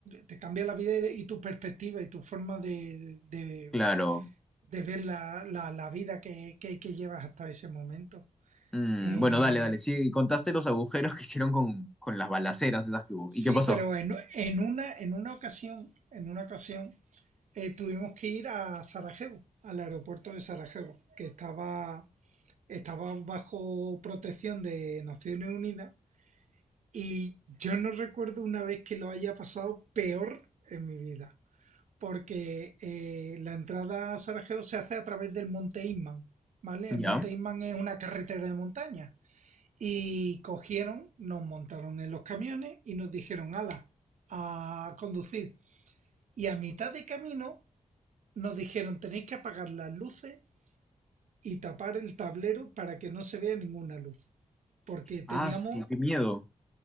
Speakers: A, on the right; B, in the centre.
A: te cambia la vida y tu perspectiva y tu forma de, de-
B: Claro.
A: de ver la, la- la vida que, que- que llevas hasta ese momento.
B: Mm,
A: Eh,
B: bueno, dale, dale. Sí, contaste los agujeros que hicieron con, con las balaceras esas que hubo.
A: sí,
B: ¿Y qué pasó?
A: pero en, en una, en una ocasión, en una ocasión, eh, tuvimos que ir a Sarajevo, al aeropuerto de Sarajevo, que estaba estaba bajo protección de Naciones Unidas y yo no recuerdo una vez que lo haya pasado peor en mi vida, porque eh, la entrada a Sarajevo se hace a través del Monte Inman, ¿vale?
B: ¿Ya?
A: El Monte Inman es una carretera de montaña y cogieron, nos montaron en los camiones y nos dijeron, ala, a conducir. Y a mitad de camino nos dijeron, tenéis que apagar las luces y tapar el tablero para que no se vea ninguna luz. porque teníamos
B: Ah, su- qué miedo.